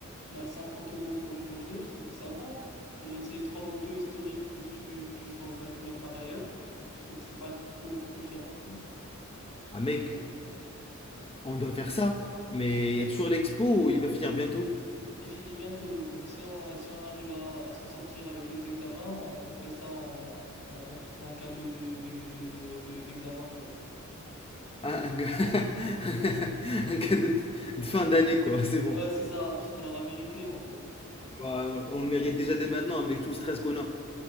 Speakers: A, on the left; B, on the left.
A: Bah, 50 euros pour une journée, je trouve que ça va. Pour ces trois motos historiques que tu, que tu trouveras nulle part ailleurs, je trouve que c'est pas trop, trop cher non plus.
B: Ah mec, on doit faire ça. Mais il y a toujours l'expo où il va finir bientôt.
A: Il finit bientôt, donc si on, si on arrive à, à s'en sortir avec les examens, on, on fait ça en, en, en pri- en cadeau de, de, de- de- de- d'examen, quoi.
B: Ah, un, ca- <laughs> un cadeau de, de fin d'année, quoi. <laughs> C'est bon.
A: Ouais, c'est ça, parce qu'on l'aura mérité en vrai.
B: Bah, on, on le mérite déjà dès maintenant avec tout le stress qu'on a.